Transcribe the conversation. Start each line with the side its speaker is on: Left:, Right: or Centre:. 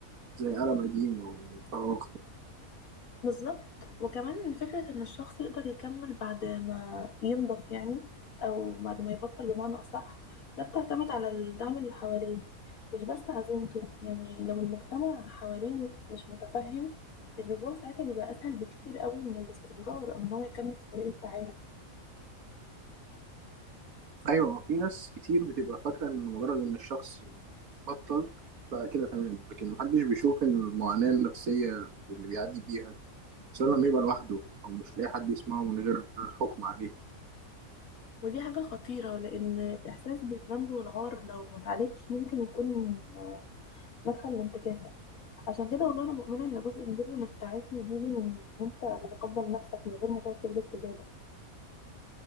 Right: زي ألم قديم أو فراغ
Left: بالظبط وكمان فكرة إن الشخص يقدر يكمل بعد ما ينضف يعني أو بعد ما يبطل بمعنى أصح ده بتعتمد على الدعم اللي حواليه مش بس عزيمته يعني لو المجتمع حواليه م- مش متفهم الرجوع ساعتها بيبقى أسهل بكتير قوي من الاستمرار أو إن هو يكمل في طريق التعافي
Right: أيوة في ناس كتير بتبقى فاكرة إن مجرد إن الشخص بطل بقى كده تمام لكن محدش بيشوف إن المعاناة النفسية اللي بيعدي بيها سواء لما يبقى لوحده أو مش لاقي حد يسمعه من غير حكم عليه
Left: ودي حاجة خطيرة لأن الإحساس بالذنب والعار لو ما اتعالجش ممكن يكون مدخل لانتكاسة عشان كده والله انا مؤمنه ان جزء كبير من التعافي بيجي من ان انت تتقبل نفسك من غير ما تقعد تجلد في زيادة